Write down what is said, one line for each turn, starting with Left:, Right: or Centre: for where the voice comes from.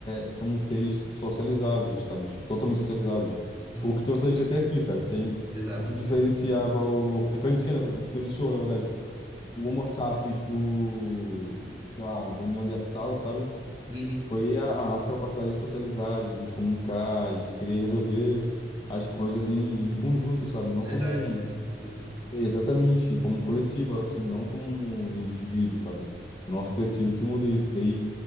Left: é, somos seres socializáveis, sabe? Tipo, totalmente socializáveis.
Right: Hum.
Left: Foi o que trouxe a gente até aqui, sabe? Se a gente-
Right: Exato.
Left: o que diferenciava o, o que diferencia, na- diferenciou, na verdade, o Homo sapiens do, sei lá, do Neandertal, sabe?
Right: Uhum.
Left: Foi a, a nossa capacidade de socializar, de nos comunicar, de querer resolver as coisas em, em conjunto, sabe?
Right: de sociedade,
Left: Não como um-
Right: né? Isso mesmo.
Left: Exatamente, como um coletivo, assim, não como um indivíduo, sabe? O nosso coletivo que muda isso, daí